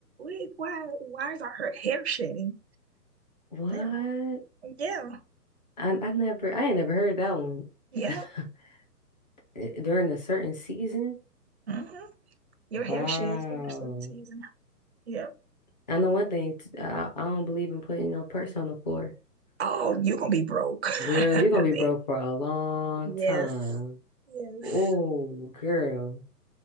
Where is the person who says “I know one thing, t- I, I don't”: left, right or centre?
Left